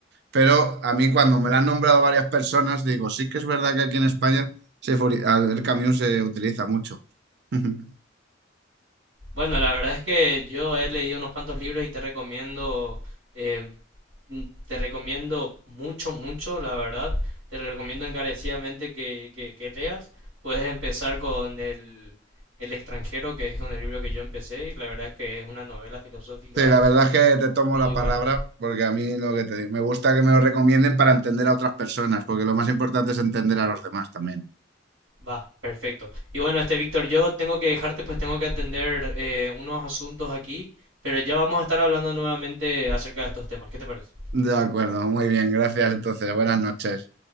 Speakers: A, on the right (about 60°); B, on the right (about 80°).
A: Pero a mí cuando me la han nombrado varias personas, digo, sí que es verdad que aquí en España se fori- al- el camión se utiliza mucho. <laughs>
B: Bueno, la verdad es que yo he leído unos cuantos libros y te recomiendo eh, mm, te recomiendo mucho, mucho, la verdad. Te recomiendo encarecidamente que, que, que leas. Puedes empezar con el, el extranjero, que es con el libro que yo empecé, y la verdad es que es una novela filosófica.
A: Sí, la verdad es que te tomo la palabra
B: No,
A: porque a mí lo que te digo, me gusta que me lo recomienden para entender a otras personas, porque lo más importante es entender a los demás también.
B: va, perfecto. Y bueno, este Víctor, yo tengo que dejarte, pues tengo que atender eh, unos asuntos aquí, pero ya vamos a estar hablando nuevamente acerca de estos temas. ¿Qué te parece?
A: De acuerdo, muy bien, gracias entonces, buenas noches.